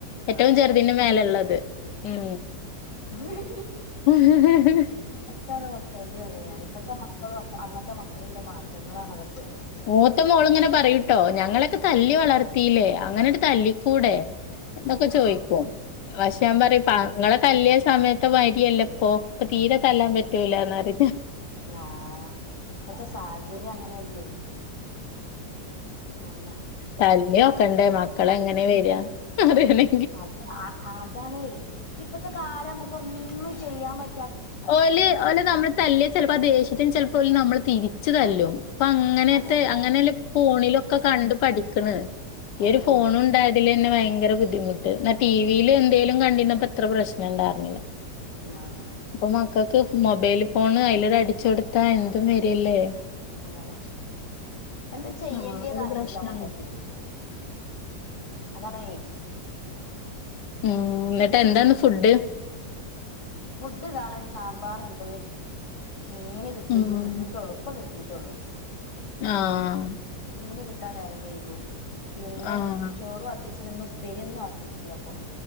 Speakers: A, on the left; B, on the left.
A: ഏറ്റെവും
B: ആ
A: ചെറുതിന്റെ
B: ആ
A: മേല ള്ളത് ഉം
B: ഉം
A: ഉഹ് ഹ് ഹ്
B: താണ് മക്കൾത് ന്നറിയും ഞാന് ഇപ്പത്തെ മക്കളും അന്നത്തെ മക്കളും ഉള്ള മാറ്റങ്ങളാണ് ഇതൊക്കെ അറിയുന്നത്
A: മൂത്ത മോള ഇങ്ങനെ പറയൂട്ടോ ഞങ്ങളൊക്കെ തല്ലി വളർത്തി ലെ അങ്ങനെ ണ്ട്തല്ലിക്കൂടെ എന്നക്കെ
B: ആഹ്
A: ചോയ്ക്കും
B: ആഹ്
A: പക്ഷേ ഞാൻ പറയും ഇങ്ങളെ തല്ലിയ സമയത്ത് മാരിയല്ല ഇപ്പൊ ഇപ്പ തീരെ തല്ലാൻ പറ്റൂ ലന്നറിയും ഹ്
B: ആഹ ഇപ്പത്തെ സാഹചര്യം അങ്ങനെ ണ് ആന്നെ
A: തല്ലിയോ ക്കണ്ടേ മക്കള എങ്ങനെ വരിയാ അതന്നെ
B: അഹ അതാണെ ഇപ്പത്തെ കാലം നമുക്ക് ഒന്നും ചെയ്യാൻ പറ്റ
A: ഓല് ഓലെ നമ്മള് തല്ലിയ ചിലപ്പോ ആ ദേഷ്യത്തിന് ചിലപ്പോ നമ്മളെ തിരിച്ചു തല്ലും അപ്പ അങ്ങനത്തെ
B: അതാണ്
A: അങ്ങനെയല്ല ഫോണിലൊക്കെ കണ്ട് പഠിക്കണ് ഈ
B: അതന്നെയാണ്
A: ഒരു ഫോൺ ഉണ്ടായത് തന്നെ ഭയങ്കര ബുദ്ധിമുട്ട് എന്നാടിവിയില് എന്തേലും കണ്ടിന്നപ്പോ ഇത്ര പ്രശ്നം ഉണ്ടായിരുന്നില്ല
B: ആഹ
A: ഇപ്പൊ മക്കൾക്ക് മൊബൈല് ഫോണ് അതിലൊരു അടിച്ചടുത്താ എന്തും വരില്ലേ
B: അതാണ് എന്ത്ാ ചെയ്യേണ്ടിന്ന്
A: ആഹ് അതൊരു
B: അറിയണില്ല
A: പ്രശ്നാണ്.
B: മക്കക്കക്ക് അതാണ്
A: ഉം എന്നിട്ട് എന്താന്ന് ഫുഡ്
B: ഫുഡ് ഇതാണ് സാമ്പാറണ്ട് മീൻ കിട്ടിട്ട്
A: ഉം
B: കിട്ടീട്ട് ളുപ്പ ഇപ്പകിട്ടി ട്ടൊള്ളു
A: ആഹ
B: മീൻ കിട്ടാൻ നേരം വൈകും പിന്നെ
A: ആഹ്
B: ചോറു ആക്കിച്ച്ണ്ന്ന് ഉപ്പേരിയൊന്നും ആക്കിട്ടില്ല അപ്പൊ